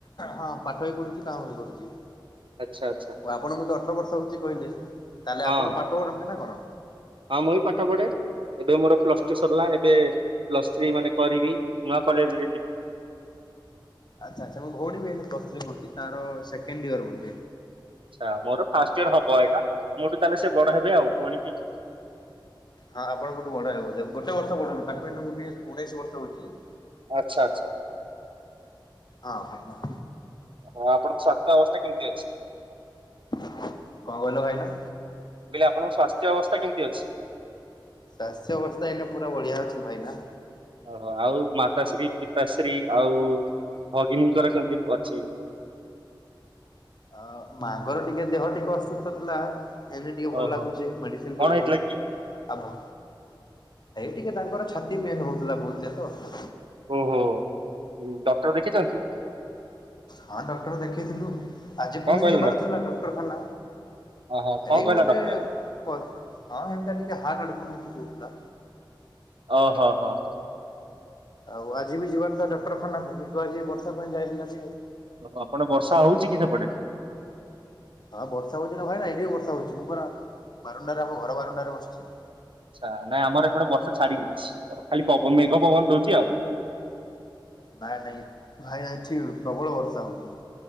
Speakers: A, on the left; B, on the right.
A: ହଁ ପାଠ ବି ପଢୁଛି କାମ ବି କରୁଛି।
B: ଆଚ୍ଛା ଆଚ୍ଛା
A: ଓଉ ଆପଣ ମତେ ଅଠର ବର୍ଷ ହଉଛି କହିଲେ ତାହେଲେ
B: ହଁ
A: ଆପଣ ପାଠ ପଢନ୍ତି ନା କଣ?
B: ହଁ ମୁଁ ବି ପାଠ ପଢେ ଏବେ ମୋର ପ୍ଲସ୍ ଟୁ ସରିଲା ଏବେ ପ୍ଲସ ଥ୍ରୀ ମାନେ କରିବି ନୂଆ କଲେଜ ରେ ଯିବି
A: ଆଚ୍ଛା ଆଚ୍ଛା ମୋ ଭଉଣୀ ବି ଏବେ ପ୍ଲସ ଥ୍ରୀ ପଢୁଛି ତାର ସେକଣ୍ଡ ଇୟର ବୋଧେ
B: ଆଚ୍ଛା ମୋର ଫାଷ୍ଟ ଇୟର ହବ ଏଇଟା ମୋ ଠୁ ତାହେଲେ ସେ ବଡ ହେବେ ଆଉ ଭଉଣୀ କି
A: ହଁ ଆପଣଙ୍କଠୁ ବଡ ହେବ ବୋଧେ ଗୋଟେ ବର୍ଷ ବଡ ତାକୁ ଏନେ ଉଣେଇ ଉଣେଇଶ ବର୍ଷ ହଉଛି
B: ଆଚ୍ଛା ଆଚ୍ଛା
A: ହଁ ଭାଇନା
B: ହଁ ଆପଣଙ୍କ ସ୍ୱାସ୍ଥ୍ୟ ଅବସ୍ଥା କେମିତି ଅଛି?
A: କଣ କହିଲ ଭାଇନା?
B: ମୁଁ କହିଲି ଆପଣଙ୍କ ସ୍ୱାସ୍ଥ୍ୟ ଅବସ୍ଥା କେମିତି ଅଛି?
A: ସ୍ୱାସ୍ଥ୍ୟ ଅବସ୍ଥା ଏଇନେ ପୁରା ବଢିଆ ଅଛି ଭାଇନା
B: ଓହୋ ଆଉ ମାତାଶ୍ରୀ ପିତାଶ୍ରୀ ଆଉ ଭଗିନୀଙ୍କର କେମିତି ଅଛି?
A: ଆ ମାଙ୍କର ଟିକେ ଦେହ ଟିକେ ଅସୁସ୍ଥ ଥିଲା ଏଇନେ ଟିକେ ଭଲ
B: ଓହୋ
A: ଲାଗୁଚେ ମେଡିସିନ
B: କଣ
A: କରୁଛୁ
B: ହେଇଥିଲା କି
A: ଆଉ ଏଇ ଟିକେ ତାଙ୍କର ଛାତି ପେନ୍ ହଉଥିଲା ବହୁତ ଜୋର ସେ
B: ହୁଁ ହୁ ଡକ୍ଟର ଦେଖିଛନ୍ତି।
A: ହଁ ଡକ୍ଟର ଦେଖେଇଥିଲୁ। ଆଜି
B: କଣ
A: ପୁଣି
B: କହିଲେ
A: ଯିବାର
B: ଡକ୍ଟର?
A: ଥିଲା ଡକ୍ଟରଖାନା
B: ଓହୋ କଣ
A: ଏଇ
B: କହିଲା
A: ଗୋଟେ
B: ଡକ୍ଟର?
A: କ ହଁ ହେମତି ଆ ଟିକେ ହାର୍ଟ ଆଡକୁ ନୁକି ପଡ଼ୁଥିଲା।
B: ଓ ହୋ ହଁ ହ।
A: ଆଉ ଆଜି ବି ଯିବାଟା ଡକ୍ଟରଖାନାକୁ। ମିଟୁ ଆଜି ବର୍ଷା ପାଇଁ ଯାଇ ହେଲାନି ଆଉ।
B: ଓହୋ ଆପଣ ବର୍ଷା ହେଉଛି କି ସେପଟେ?
A: ହଁ ବର୍ଷା ହଉଛି ନା ଭାଇନା ଏଠି ବି ବର୍ଷା ହଉଛି। ମୁଁ ପରା ବାରଣ୍ଡାରେ ଆମ ଘର ବାରଣ୍ଡାରେ ବସିଛି।
B: ଆଛା ନାଇଁ ଆମର ଏପଟେ ବର୍ଷା ଛାଡିଯାଇଛି। ଖାଲି ପଵ ମେଘ ପବନ ଦଉଛି ଆଉ।
A: ନା ନାଇଁ ଭାଇ ଏଇଠି ପ୍ରବଳ ବର୍ଷା ହଉଛି।